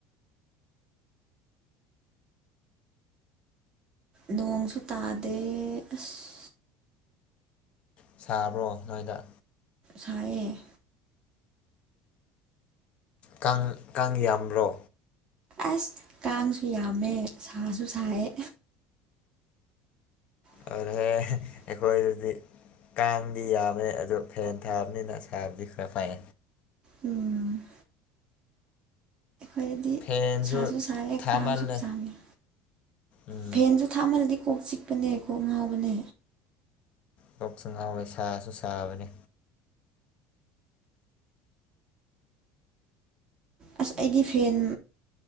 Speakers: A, on the right; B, on the left.
A: ꯅꯣꯡꯁꯨ ꯇꯥꯗꯦ ꯑꯁ
B: ꯁꯥꯕ꯭ꯔꯣ ꯅꯣꯏꯗ
A: ꯁꯥꯏꯌꯦ
B: ꯀꯥꯡ ꯀꯥꯡ ꯌꯥꯝꯕ꯭ꯔꯣ
A: ꯑꯁ ꯀꯥꯡꯁꯨ ꯌꯥꯝꯃꯦ ꯁꯥꯁꯨ ꯁꯥꯏꯌꯦ <inaudible>
B: ꯑꯗꯨꯍꯦ ꯑꯩꯈꯣꯏꯗꯗꯤ ꯀꯥꯡꯗꯤ ꯌꯥꯝꯃꯦ ꯑꯗꯣ ꯐꯦꯟ ꯊꯥꯕꯅꯤꯅ ꯀꯥꯡꯗꯤ ꯈꯔ ꯐꯩ
A: ꯎꯝ ꯑꯩꯗꯤ
B: ꯐꯦꯟꯁꯨ
A: ꯁꯥꯁꯨ ꯁꯥꯏꯌꯦ
B: ꯊꯥꯃꯜꯂꯦ
A: ꯀꯥꯡꯁꯨ ꯆꯥꯡꯉꯤ
B: ꯎꯝ
A: ꯐꯦꯟꯖꯨ ꯊꯥꯃꯜꯂꯗꯤ ꯀꯣꯛ ꯆꯤꯛꯄꯅꯦ ꯀꯣꯛ ꯉꯥꯎꯕꯅꯦ
B: ꯀꯣꯛꯁꯨ ꯉꯥꯎꯋꯦ ꯁꯥꯁꯨ ꯁꯥꯕꯅꯤ
A: ꯑꯁ ꯑꯩꯗꯤ ꯐꯦꯟ